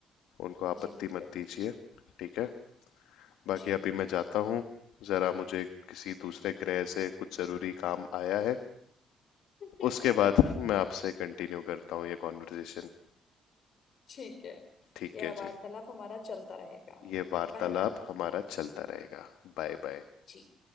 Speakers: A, on the left; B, on the left.
A: उनको आपत्ति
B: जी बिल्कुल
A: मत दीजिए ठीक है बाकी
B: जी
A: अभी मैं जाता हूँ जरा मुझे किसी दूसरे ग्रह से कुछ जरूरी काम आया है
B: <laughs>
A: उसके बाद मैं आपसे कंटिन्यू करता हूँ ये कॉन्वर्सेशन
B: ठीक है
A: ठीक
B: यह
A: है जी
B: वार्तालाप हमारा चलता रहेगा
A: ये वार्तालाप
B: Bye bye
A: हमारा चलता रहेगा Bye bye
B: जी